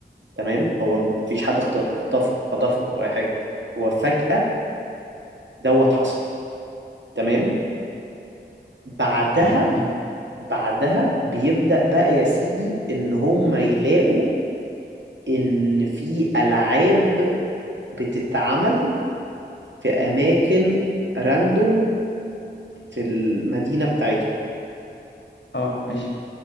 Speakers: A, on the right (about 75°); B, on the left (about 80°).
A: تمام هو م- مفيش حد اخت- اختفوا خطفهم أو أي حاجة هو فجأة دوت حصل تمام بعدها
B: تمام
A: بعدها بيبدأ بقى يا سيدي إن هم يلاقوا إن في ألعاب بتتعمل في أماكن راندوم في المدينة بتاعتهم
B: اه ماشي